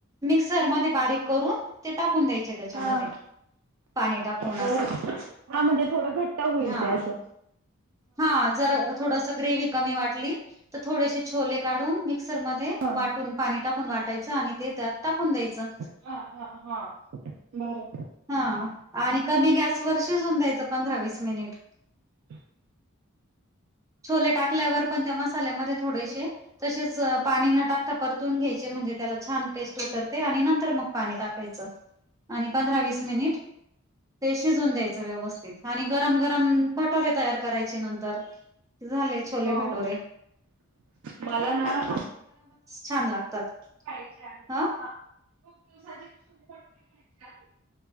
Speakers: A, on the right (about 15°); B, on the right (about 80°).
A: मिक्सर मध्ये बारीक करून ते टाकून द्यायचे त्याच्यामध्ये.
B: हा
A: पाणी टाकून
B: बर
A: असं.
B: हा म्हणजे थोडं घट्ट होईल
A: हा.
B: ते असं
A: हा. जर थोडस ग्रेव्ही कमी वाटली, तर थोडेसे छोले काढून मिक्सरमध्ये
B: हा
A: वाटून पाणी टाकून वाटायचं आणि ते त्यात टाकून द्यायचं.
B: हा. हा. हा. बरं.
A: हा. आणि कमी गॅस वर शिजऊन द्यायचं पंधरा वीस मिनिट‌.
B: <unintelligible>
A: छोले टाकल्यावर पण त्या मसाल्यामध्ये थोडेसे, तसेच पाणी न टाकता परतून घ्यायचे म्हणजे त्याला छान टेस्ट उतरते आणि नंतर मग पाणी टाकायचं.
B: <unintelligible>
A: आणि पंधरा वीस, मिनिट ते शिजवून द्यायचं व्यवस्थित आणि गरम गरम भटोरे तयार करायचे नंतर. कि झाले छोले
B: हो
A: भटूरे.
B: मला <inaudible>
A: छान लागतात.
B: खायचे आहेत ना.
A: हा
B: खूप दिवसाचे छोले भटुरे खायचे आहे.